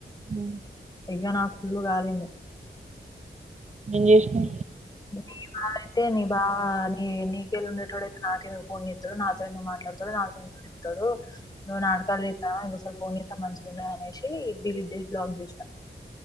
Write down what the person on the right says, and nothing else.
ఊ
ఏం చేషినా